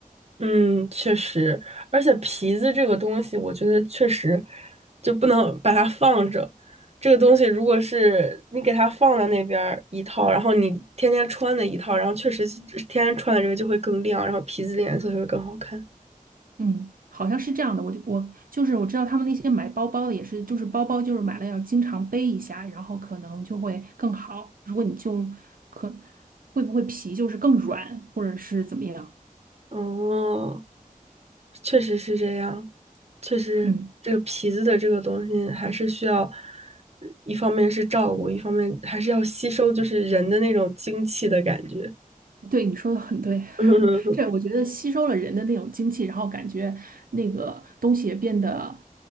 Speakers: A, on the right; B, on the right.
A: 嗯，确实，而且皮子这个东西，我觉得确实就不能把它放着。这个东西如果是你给它放到那边儿一套，然后你天天穿的一套，然后确实是天天穿的这个就会更亮，然后皮子的颜色就会更好看。
B: 嗯，好像是这样的。我我就是我知道他们那些买包包的也是，就是包包就是买了要经常背一下，然后可能就会更好。如果你就可会不会皮就是更软，或者是怎么样？
A: 哦，确实是这样，确实这个皮子的这个东西还是需要，
B: 嗯，
A: 一方面是照顾，一方面还是要吸收就是人的那种精气的感觉。
B: 对，你说的很对。
A: <laughs>
B: <laughs> 这我觉得吸收了人的那种精气，然后感觉那个东西也变得